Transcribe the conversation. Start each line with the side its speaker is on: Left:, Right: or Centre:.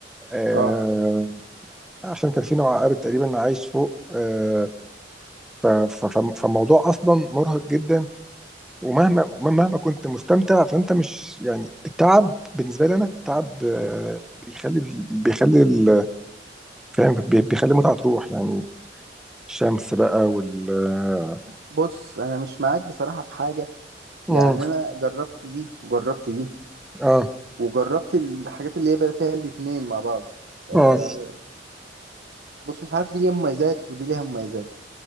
Centre: آه
Right: اه
Centre: عشان كان في نوع عقارب تقريبا عايش فوق آه ف... ف... ف- فالموضوع اصلا مرهق جدا ومهما مهما كنت مستمتع فانت مش يعني التعب بالنسبه لي انا التعب آه بيخلي بيخلي ال- فاهم بي- بيخلي المتعه تروح يعني الشمس بقى وال
Right: بص انا مش معاك بصراحه في حاجه
Centre: اه
Right: يعني انا جربت دي وجربت دي
Centre: اه
Right: وجربت الحاجات اللي هي بقى فيها الاتنين مع بعض آه
Centre: اه
Right: بص مش عارف دي ليها مميزات ودي ليها مميزات